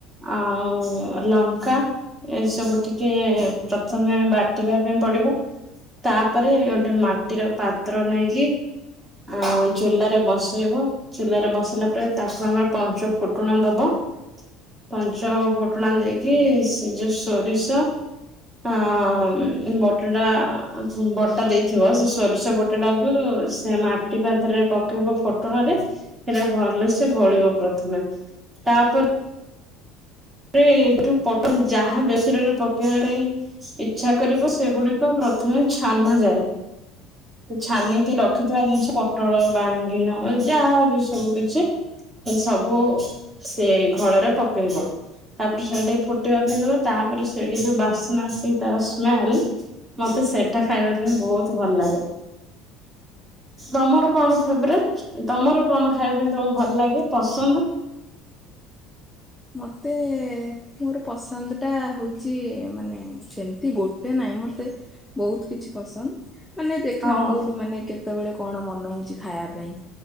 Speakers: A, on the right; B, in the centre.
A: ଆଉ ଲଙ୍କା ଏଇସବୁ ଟିକେ ପ୍ରଥମେ ବାଟିବା ପାଇଁ ପଡିବ। ତାପରେ ଗୋଟେ ମାଟିର ପାତ୍ର ନେଇକି। ଆଉ ଚୁଲାରେ ବସେଇବ। ଚୁଲରେ ବସିଲା ପରେ ତାକୁ ଆମର ପଞ୍ଚ ଫୁଟଣ ଦବ। ପଞ୍ଚମ ଫୁଟଣା ଦେଇକି ସେ ଯୋଉ ସୋରିଷ ହଁ ବ ବଟଟା ବଟା ଦେଇଥିବ ସେ ସୋରିଷ ବଟା ଟାକୁ ସେ ମାଟି ପାାତରେ ପକେଇ ହେବ ଫଟଣରେ ସେଟା ଭଲସ ଘୋଳିବ ପ୍ରଥମେ ତାପରେ ଏଠୁ ପଟ ଯାହା ବେସରରେ ପକେଇବା ପାଇଁ ଇଚ୍ଛା କରିବ ସେଗୁଡିକ ପ୍ରଥମେ ଛାନ ଯାଏ। ଛାନିକି ରଖିଥିବା ଜିନଛି ପୋଟଳ ବାଇଙ୍ଗିନ ଯାହାବି ସବୁ କିଛି ସବୁ ସେ ଘଳରେ ପକେଇବ। ତାପରେ ସେ ଟିକେ ଫୁଟିବା ପାଇଁ ଦେବା ତାପରେ ସେଇଠି ଯୋଉ ବାସନ ଆସି ତାର ସ୍ମେଲ ମତେ ସେଟା ଖାଇବା ପାଇଁ ବହୁତ ଭଲ ଲାଗେ। ତମର କଣ ଫେବରେଟ ତମର କଣ ଖାଇବା ପାଇଁ ତମକୁ ଭଲ ଲାଗେ ପସନ୍ଦ।
B: ମୋତେ। ଏ ମୋର ପସନ୍ଦଟା ହେଉଛି ମାନେ ସେମିତି ଗୋଟେ ନାହିଁ ମୋତେ ବହୁତ କିଛି ପସନ୍ଦ ମାନେ ଦେଖା
A: ହଁ
B: ମୁଡ ମାନେ କେତେ କେତେବେଳେ କଣ ମନ ହଉଛି ଖାଇବା ପାଇଁ